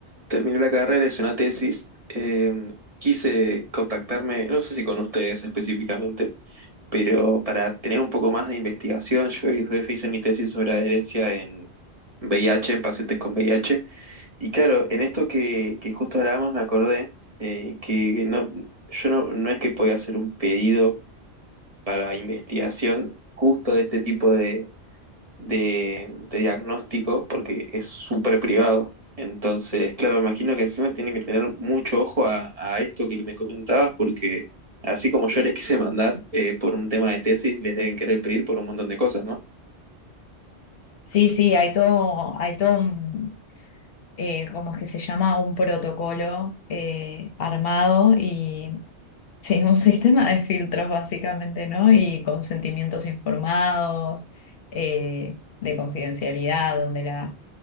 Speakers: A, on the right; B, on the left.
A: terminé la carrera hice una tesis. eh, Quise contactarme, no sé si con ustedes específicamente, pero para tener un poco más de investigación, yo y jefe hice mi tesis sobre adherencia en VIH, en pacientes con VIH. Y claro, en esto que, que justo hablábamos me acordé eh, que no, yo no, no es que podía hacer un pedido para investigación justo de este tipo de de, de diagnóstico porque es súper privado. Entonces, claro, me imagino que encima tienen que tener mucho ojo a, a esto que me comentabas porque así como yo les quise mandar eh, por un tema de tesis, les deben querer pedir por un montón de cosas, ¿no?
B: Sí, sí, hay todo, hay todo un eh, ¿cómo es que se llama? Un protocolo eh, armado y sí, un sistema de filtros básicamente, ¿no? Y consentimientos informados, eh, de confidencialidad, donde la,